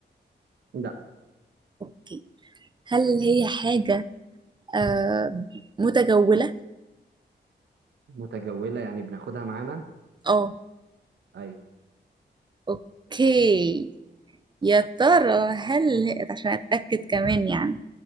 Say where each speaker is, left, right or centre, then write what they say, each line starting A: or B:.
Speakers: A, on the right (about 65°); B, on the right (about 25°).
A: لا
B: أوكي. هل هي حاجة أم، متجولة؟
A: متجولة يعني بناخدها معانا
B: اه
A: أيوه
B: اوكي يا ترى هل هي عشان أتأكد كمان يعني